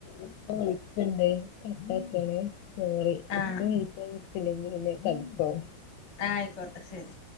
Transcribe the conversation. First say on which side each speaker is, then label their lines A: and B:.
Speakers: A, on the left; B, on the left.
A: ഇപ്പ വിളിക്കിണ്ട് കട്ടാക്കിയാളി സോറി
B: ആ
A: ഇപ്പ വിളിച്ചയ്ഞ്ഞിട്ടില്ലെങ്കി പിന്നെ കലിപ്പാവും
B: അഹ് അയ്ക്കോട്ടെ ശെരി